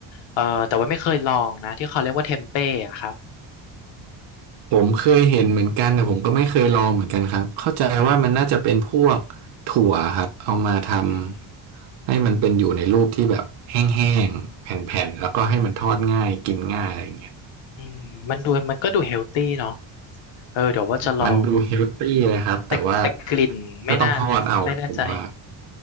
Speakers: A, on the left; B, on the right.
A: เอ่อแต่ว่าไม่เคยลองนะที่เขาเรียกว่าเทมเป้อะครับ
B: ผมเคยเห็นเหมือนกันแต่ผมก็ไม่เคยลองเหมือนกันครับเข้าใจว่ามันน่าจะเป็นพวก
A: อืม
B: ถั่วครับเอามาท
A: อืม
B: ำให้มันเป็นอยู่ในรูปที่แบบแห้งๆแผ่นๆแล้วก็ให้มันทอดง่ายกินง่ายอะไรอย่างเงี้ย
A: อืมมันดูมันก็ดูเฮลตี้เนาะเออเดี๋ยวว่าจะลอง
B: มันดูเฮลตี้เลยครับแต่ว่า
A: แต่แต่กลิ่นไม่น่า
B: ก็ต้องทอดเอาผมว่า
A: ไม่แน่ใจ